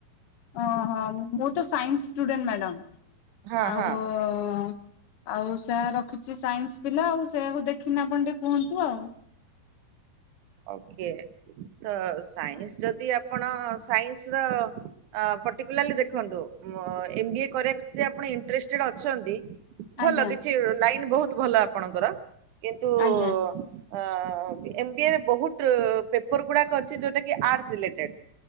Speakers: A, on the left; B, on the right.
A: ଓ ହଁ ମୁଁ ତ ସାଇନ୍ସ ଷ୍ଟୁଡେଣ୍ଟ ମ୍ୟାଡ଼ାମ।
B: ହଁ
A: ଆଉ
B: ହଁ
A: ଆଉ ସେ ରଖିଛି ସାଇନ୍ସ ପିଲା ଆଉ ସେଇୟାକୁ ଦେଖିନି ଆପଣ ଟିକେ କୁହନ୍ତୁ ଆଉ
B: ଓକେ ତ ସାଇନ୍ସ ଯଦି ଆପଣ ସାଇନ୍ସ ର ପଟିକୁଲଲି ଦେଖନ୍ତୁ। ଏମ ବି ଏ କରିବାକୁ ଯଦି ଆପଣ ଇଣ୍ଟରେଷ୍ଟେଡ ଅଛନ୍ତି ଭଲ
A: ଆଜ୍ଞା
B: କିଛି ଲାଇନ ବହୁତ ବହୁତ ଭଲ ଆପଣଙ୍କର। କିନ୍ତୁ
A: ଆଜ୍ଞା
B: ହଁ ଏମ ବି ଏ ବହୁତ ପେପର ଗୁଡା ଅଛି ଯୋଉଟା କି ଆର୍ଟସ୍ ରିଲେଟେଡ।